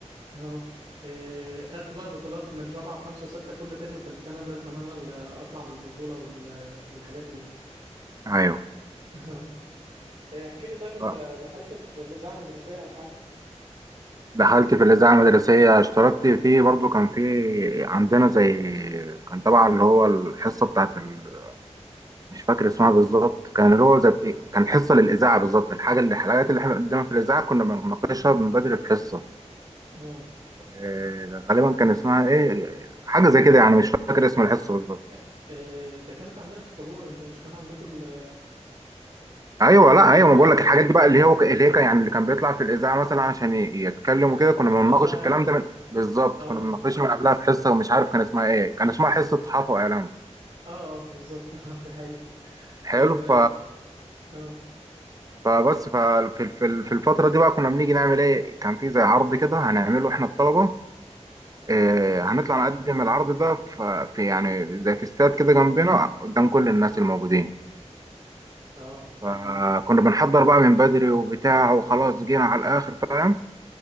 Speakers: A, on the right; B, on the right.
A: اه آه، خدت بقى بطولات من رابعة وخمسة وستة كل ترم كنت انا لازم انا اللي اطلع بالبطولة وال... والحاجات دي
B: ايوه
A: <laughs> اه آه، احكي لي طيب انت
B: آه.
A: دخلت في الإذاعة المدرسية او حاجة
B: دخلت في الاذاعه المدرسيه اشتركت فيه برضه كان في عندنا زي كان طبعا اللي هو الحصه بتاعت ال... مش فاكر اسمها بالظبط كان اللي هو زي كان حصه للاذاعه بالظبط الحاجه اللي الحاجات اللي احنا بنقدمها في الاذاعه كنا بنناقشها من بدري في حصه
A: اه
B: آه، غالبا كان اسمها ايه حاجه زي كده يعني مش فاكر اسم الحصه بالظبط
A: آه، آه، ده كانت عندنا في الطابور انتوا مش كان عندكم ال-
B: ايوه لا
A: الإذاعة
B: ايوه ما بقول
A: كانت
B: لك الحاجات
A: كده
B: دي
A: بالظبط
B: بقى اللي هو اللي هي كان- يعني اللي كان بيطلع في الاذاعه مثلا عشان ي- يتكلم
A: عشان
B: وكده كنا
A: تحضر
B: بنناقش
A: لها
B: الكلام
A: يعني
B: ده من بالظبط
A: اه
B: كنا بنناقشها
A: اه
B: من قبلها في حصه ومش عارف كان اسمها ايه كان اسمها حصه صحافه واعلام
A: اه اه بالظبط <laughs> ده حقيقي كان
B: حلو
A: اه
B: ف
A: اه
B: فبس ففي في في الفتره دي بقى كنا بنيجي نعمل ايه كان في زي عرض كده هنعمله احنا الطلبه آه،
A: اه
B: هنطلع نقدم العرض ده ف- في يعني زي في استاد كده جنبنا قدام كل الناس الموجودين
A: اه
B: فكنا بنحضر بقى من بدري وبتاع وخلاص جينا على الآخر فاهم